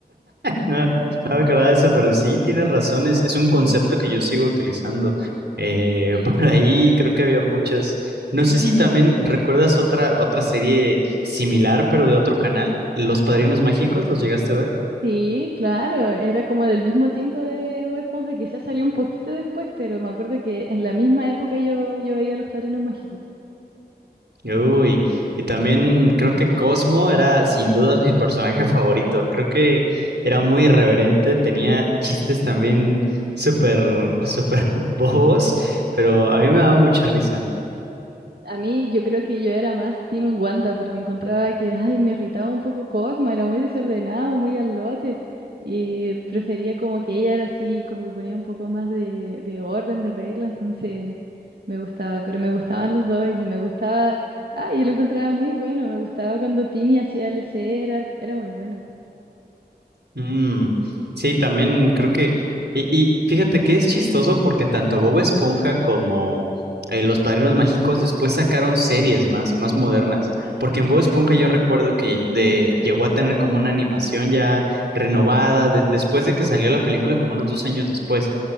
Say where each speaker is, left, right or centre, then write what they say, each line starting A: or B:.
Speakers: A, on the right; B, on the right.
A: Sí,
B: No, no me acordaba de eso, pero sí tienes razón, es, es un concepto
A: sí,
B: que yo sigo utilizando. Eh,
A: sí.
B: <laughs> por ahí creo que había muchas. No sé si también recuerdas otra, otra serie similar, pero de otro canal, Los Padrinos Mágicos, ¿los llegaste a ver?
A: Sí, claro, era como del mismo tiempo de Bob Esponja, quizás salió un poquito después, pero me acuerdo que en la misma época yo, yo veía Los Padrinos Mágicos.
B: Uy, y también creo que Cosmo era sin dudas mi personaje <laughs> favorito. Creo que era muy irreverente, tenía chistes también súper, súper <laughs> bobos, pero a mí me daba mucha risa.
A: A mí yo creo que yo era más Team Wanda porque encontraba que, ay, me irritaba un poco Cosmo, era muy desordenado, muy al lote y prefería como que ella era así, como que ponía un poco más de, de orden, de regla, entonces me gustaba, pero me gustaban los dos y me gustaba, ay, yo lo encontraba muy bueno, me gustaba cuando Timmy hacía leceras, era muy bueno.
B: Mm, sí, también creo que. Y, y fíjate que es chistoso porque tanto Bob Esponja como eh, Los Padrinos Mágicos después sacaron series más, más modernas. Porque en Bob Esponja yo recuerdo que de, llegó a tener como una animación ya renovada de- después de que salió la película, como unos dos años después.